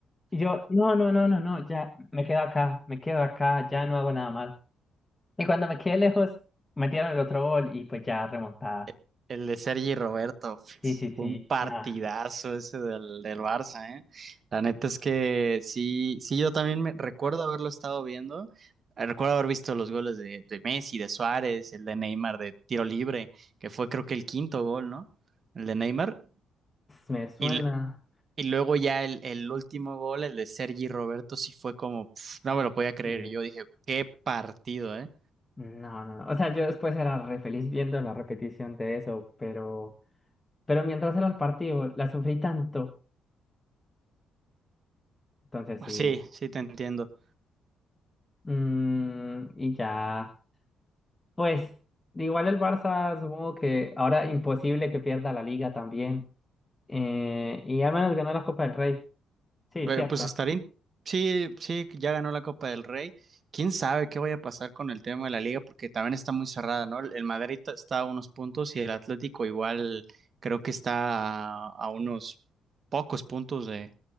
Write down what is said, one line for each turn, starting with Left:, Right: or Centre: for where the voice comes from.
Left: Y yo, no, no, no, no, no, ya me quedo acá, me quedo acá, ya no hago nada más. Y cuando me quedé lejos, metieron el otro gol y pues ya remontada.
Right: e- el de Sergi y Roberto.
Left: Sí, sí, sí,
Right: Fue un partidazo
Left: nada,
Right: ese del, del Barça, ¿eh? La neta es que sí, sí, yo también me recuerdo haberlo estado viendo. Eh, Recuerdo haber visto los goles de, de Messi, de Suárez, el de Neymar de tiro libre, que fue creo que el quinto gol, ¿no? El de Neymar.
Left: me suena.
Right: Y, l- y luego ya el, el último gol, el de Sergi y Roberto, sí fue como, pf, no me lo podía creer.
Left: sí,
Right: Yo dije, qué partido, ¿eh?
Left: No, no, no. O sea, yo después era re feliz viendo la repetición de eso, pero, pero mientras era el partido, la sufrí tanto. Entonces sí.
Right: Sí, sí te entiendo.
Left: mm, y ya. Pues, igual el Barça, supongo que ahora imposible que pierda la liga también. Eh, y al menos ganó la Copa del Rey. Sí,
Right: Eh,
Left: cierto.
Right: Pues estaría. in- Sí, sí, que ya ganó la Copa del Rey. ¿Quién sabe qué vaya a pasar con el tema de la liga? Porque también está muy cerrada, ¿no? El el Madrid ta- está a unos puntos y el Atlético igual creo que está a, a unos pocos puntos de,